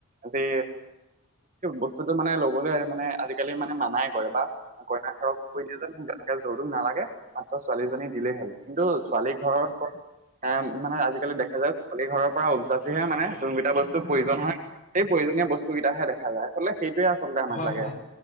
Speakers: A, on the right; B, on the left.
A: আজি বস্তুটো মানে লবলৈ মানে আজিকালি মানে মানাই কৰে বা কইনা ঘৰকো কৈ দিয়া যে মোক তেনেকে যৌতুক নালাগে মাত্ৰ ছোৱালীজনী দিলেই হ'ল কিন্তু ছোৱালী ঘৰৰ পৰা এ মানে আজিকালি দেখা যায় ছোৱালী ঘৰৰ পৰা উঠজাচিহে মানে জোনকেইটা বস্তুৰ প্ৰয়োজন হয় সেই প্ৰয়োজনীয় বস্তু কেইটাহে দেখা যায় আচলতে সেইটোৱে আচলতে আমাক
B: হয়
A: লাগে
B: হয় হয়